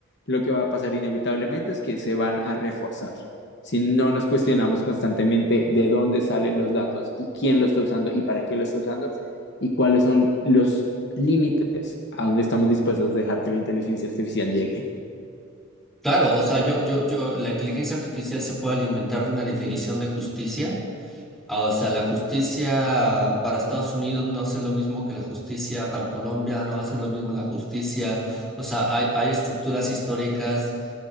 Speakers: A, on the left; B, in the centre.
A: lo que va a pasar inevitablemente es que se van a reforzar. Si no nos cuestionamos constantemente de dónde salen los datos y quién lo está usando y para qué lo está usando y cuáles son los límites a donde estamos dispuestos a dejar que la inteligencia artificial llegue.
B: Claro, o sea, yo, yo, yo, la inteligencia artificial se puede alimentar de una definición de justicia. Ah, O sea, la justicia para Estados Unidos no hace lo mismo que la justicia para Colombia, no hace lo mismo la justicia. O sea, hay, hay estructuras históricas